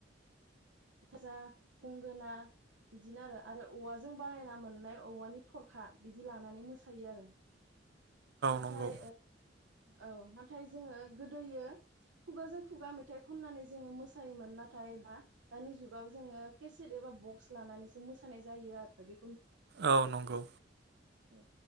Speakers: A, on the right; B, on the right.
A: <unintelligible> गंगोना बिदिनो आरो आरो औवाजों बानायना मोननाय औवानि थरखा बिदि लानानै मोसायो आरो नाथाय
B: नंगौ
A: ओ औ नाथाय जोङो गोदोयो खुगाजों खुगा मेथाइ खननानै जोङो मोसायोमोन नाथाय दा दानि जुगाव जोङो केसेट एबा बक्स लानानैसो मोसानाय जायो आरो बे
B: औ नंगौ।
A: अ